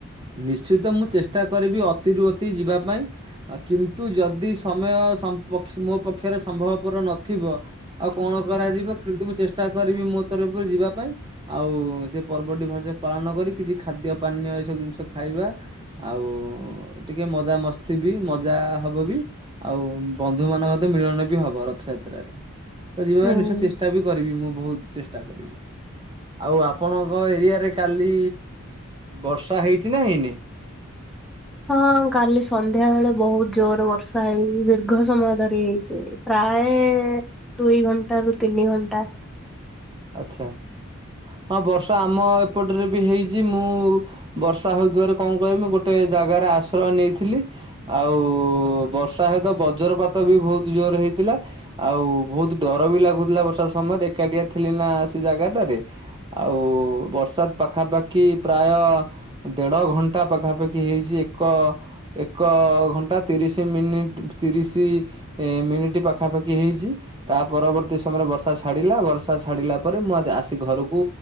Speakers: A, on the right; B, in the centre.
A: ନିଶ୍ଚିତ ମୁଁ ଚେଷ୍ଟା କରିବି, ଅତିରୁ ଅତି ଯିବା ପାଇଁ କିନ୍ତୁ ଯଦି ସମୟ ସୋମ ପକ୍ଷ ମୋ ପକ୍ଷରେ ସମ୍ଭବପର ନଥିବ, ଆଉ କଣ କରାଯିବ କିନ୍ତୁ ମୁଁ ଚେଷ୍ଟା କରିବି ମୋ ତରଫରୁ ଯିବା ପାଇଁ ଆଉ ସେ ପର୍ବଟି ଭଲସେ ପାଳନ କରି କିଛି ଖାଦ୍ୟ ପାନୀୟ ଏସବୁ ଜିନିଷ ଖାଇବା ଆଉ ଟିକେ ମଜା ମସ୍ତି ବି ମଜା ହବ ବି ଆଉ ବନ୍ଧୁ ମାନଙ୍କ ତ ମିଳନ ବି ହବ ରଥଯାତ୍ରାରେ ତ ଯିବା
B: ହୁଁ
A: ନିଶ୍ଚୟ ଚେଷ୍ଟା ବି କରିବି ମୁଁ ବହୁତ ଚେଷ୍ଟା କରିବି। ଆଉ ଆପଣଙ୍କ ଏରିଆରେ କାଲି ବର୍ଷା ହେଇଛି ନା ହେଇନି?
B: ହଁ କାଲି ସନ୍ଧ୍ୟା ବେଳେ ବହୁତ ଜୋର ବର୍ଷା ହେଇଛି ଦୀର୍ଘ ସମୟ ଧରି ହେଇଛି ପ୍ରାୟ ପ୍ରାୟ ଦୁଇ ଘଣ୍ଟା ରୁ ତିନି ଘଣ୍ଟା
A: ଆଛା ହଁ ବର୍ଷା ଆମ ଏପଟରେ ବି ହେଇଛି, ମୁଁ ବର୍ଷା ହେଉଥିବାରେ କଣ କହମି ଗୋଟେ ଜାଗାରେ ଆଶ୍ରୟ ନେଇଥିଲି ଆଉ ବର୍ଷା ହତ ବଜ୍ରପାତ ବି ବହୁତ ଜୋରରେ ହେଇଥିଲା ଆଉ ବହୁତ ଡର ବି ଲାଗୁଥିଲା ବର୍ଷା ସମୟରେ ଏକାଟିଆ ଥ୍ରଲ ନା ସେ ଜାଗାଟାରେ ଆଉ ବର୍ଷା ପାଖାପାଖି ପ୍ରାୟ ଦେଢ ଘଣ୍ଟା ପାଖାପାଖି ହେଇଛି, ଏକ ଏକ ଘଣ୍ଟା ତିରିଶ ମିନିଟ ଭି ଶି ମିନିଟ ପାଖାପାଖି ହେଇଛି ତା ପରବର୍ତ୍ତୀ ସମୟରେ ବର୍ଷା ଛାଡ଼ିଲା। ଛାଡିଲା ପରେ ମୁଁ ଆସି ଘରକୁ